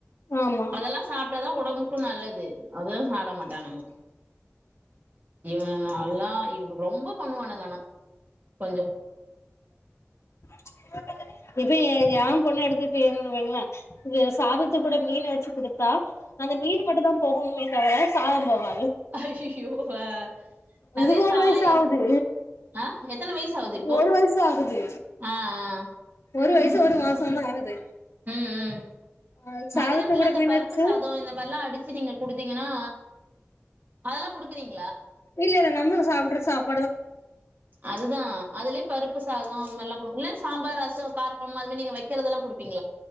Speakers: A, on the left; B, on the right.
A: ஆமா
B: அதெல்லா சாப்பிட்டாதா உடம்புக்கு நல்லது அதுவு சாப்ட மாட்டானுங்க இவ நல்லா ரொம்ப பண்ணுவானுங்கானா கொஞ்ச
A: <unintelligible> இ ஏன் பொண்ணு எடுத்துட்டுவைங்களா இ சாதத்து கூட மீனை வச்சு குடுத்தா அந்த மீனு மட்டு தா போகணமே தர சாத போகா
B: அய்யய்யோ ஆ நெறைய
A: இதுக்கு
B: சாய்
A: ஒரு வயசு ஆகுது
B: ஆ எத்தன வயசு ஆகுது இப்போ
A: ஒரு வயசு ஆகுது
B: ஆ ஆ
A: ஒரு வயசு ஒரு மாசந்தா ஆகுது
B: ம் ம்
A: ஆ சாதத்த
B: மதியானத்துல
A: கூட
B: இந்த
A: மீன்
B: பருப்பு
A: வச்சு
B: சாதம் இந்த மாதிரிலா அடிச் அச்சி நீங்க கொடுத்தீங்கன்னா அதெலா கொடுக்குறீங்
A: இல்ல இல்ல நம்மள சாப்ர சாப்
B: அதுதா அதுலயே பருப்பு சாதம் அதுமரி எல்லா கொடுக் மிஸ் சாம்பார் ரசம் கார கொழம்பு அதுமரி நீங்க வைக்கதெல்லா கொடுப்பீங்க